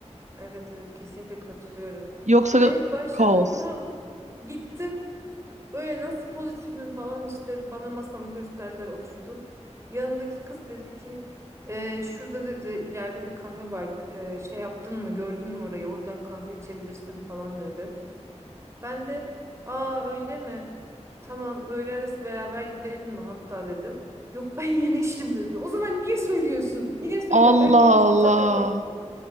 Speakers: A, on the right (about 25°); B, on the right (about 85°).
A: Evet evet kesinlikle katılıyorum.
B: Yoksa
A: Ben ilk başladığımda
B: kaos.
A: gittim. Böyle nasıl pozitifim falan işte bana masamı gösterdiler oturdum. Yanındaki kız dedi ki "Ee, şurada dedi ileride bir kafe var. Ee, şey yaptın mı gördün mü orayı oradan kahve içebilirsin falan dedi. Ben de aa öyle mi? Tamam öğle arası beraber gidelim mi hatta dedim. Yok ben <laughs> yeni içtim dedi. O zaman niye söylüyorsun? Niye söylüyorum?
B: Allah
A: Ben görmüştüm
B: Allah.
A: zaten kafayı.